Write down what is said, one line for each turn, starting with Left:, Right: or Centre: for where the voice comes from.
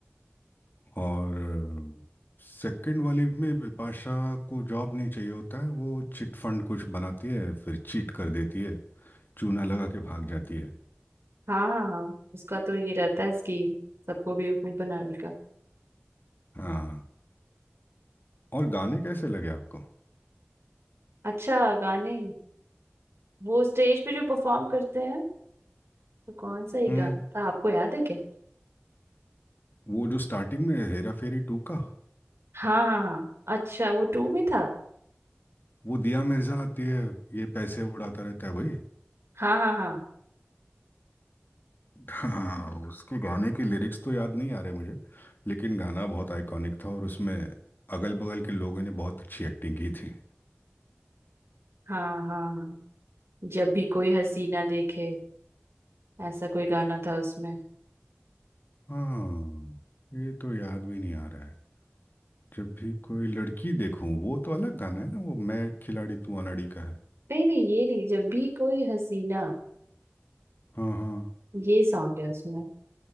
Left: और सेकंड वाली में बिपाशा को जॉब नहीं चाहिए होता है वो चिट फंड कुछ बनाती है फिर चीट कर देती है चूना लगा के भाग जाती है
Right: हाँ हाँ हाँ उसका तो ये रहता है स्कीम सबको बेवकूफ बनाने का
Left: हाँ और गाने कैसे लगे आपको
Right: अच्छा गाने वो स्टेज पे जो परफॉर्म करते हैं वो कौन सा एक
Left: हम्म
Right: गाना था आपको याद है क्या
Left: वो जो स्टार्टिंग में है, हेरा फेरी टू का
Right: हाँ हाँ हाँ अच्छा वो टू में था
Left: वो दिया मिर्जा आती है ये पैसे उड़ाता रहता है भाई
Right: हाँ हाँ हाँ
Left: हाँ उसके गाने के लिरिक्स तो याद नहीं आ रहे मुझे लेकिन गाना बहुत आइकॉनिक था और उसमें अगल बगल के लोगों ने बहुत अच्छी एक्टिंग की थी
Right: हाँ हाँ हाँ जब भी कोई हसीना देखे ऐसा कोई गाना था उसमें
Left: हाँ ये तो याद भी नहीं आ रहा है जब भी कोई लड़की देखूं वो तो अलग गाना है ना वो मैं खिलाड़ी तू अनाड़ी का है
Right: नहीं नहीं ये नहीं जब भी कोई हसीना
Left: हाँ हाँ
Right: ये सॉन्ग है उसमें